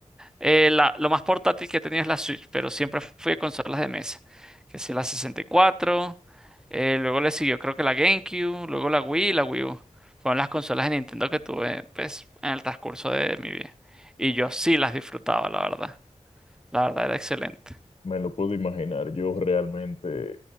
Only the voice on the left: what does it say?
me lo puedo imaginar. Yo realmente